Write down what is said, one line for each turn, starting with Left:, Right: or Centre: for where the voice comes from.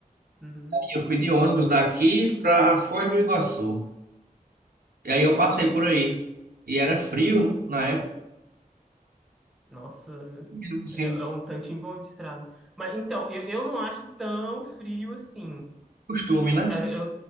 Centre: Uhum.
Right: E eu fui de ônibus daqui para Foz do Iguaçu. E aí eu passei por aí. E era frio na época,
Centre: Nossa,
Right: mesmo assim,
Centre: é, é
Right: do
Centre: um tantinho bom de estrada. Mas então, eu, eu não acho tão frio assim.
Right: costume, né?
Centre: Eu, eu,